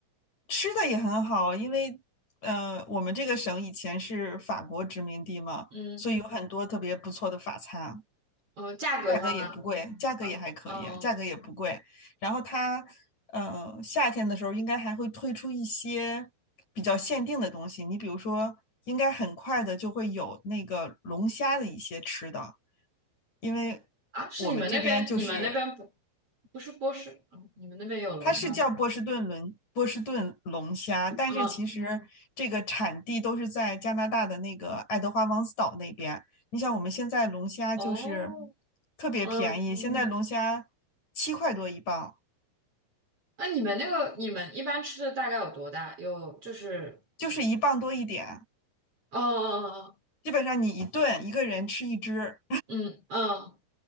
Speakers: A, on the left; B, on the right.
A: 吃的也很好，因为呃，我们这个省以前是法国殖民地嘛，
B: 嗯
A: 所以有很多特别不错的法餐，
B: 嗯、呃价格上呢？
A: 价格也不贵，价格也还可以，
B: 嗯、嗯、
A: 价格也不贵。然后它呃，夏天的时候应该还会推出一些比较限定的东西，你比如说，应该很快的就会有那个龙虾的一些吃的，因为
B: 啊，是你们那边，
A: 我们这边就是
B: 你们那边不不是波士，嗯，你们那边也有龙虾吗？
A: 它是叫波士顿龙波士顿龙虾，
B: 嗯，
A: 但是其实这个产地都是在加拿大的那个爱德华王子岛那边。你想，我们现在龙虾就是
B: 哦，
A: 特别便宜，
B: 嗯，
A: 现在龙虾七块多一磅，
B: 那你们那个你们一般吃的大概有多大？有就是
A: 就是一磅多一点，
B: 哦，哦哦哦，
A: 基本上你一顿一个人吃一只，
B: 嗯嗯